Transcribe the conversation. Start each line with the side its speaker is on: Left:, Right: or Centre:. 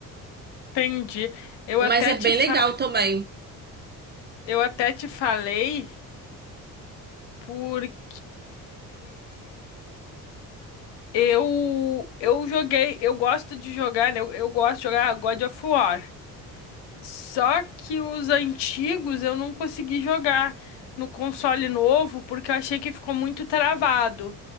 Left: Entendi. Eu
Right: Mas
Left: até
Right: é
Left: te
Right: bem
Left: fa...
Right: legal também.
Left: eu até te falei porque eu eu joguei, eu gosto de jogar, né? Eu, eu gosto de jogar God of War. Só que os antigos eu não consegui jogar no console novo porque eu achei que ficou muito travado.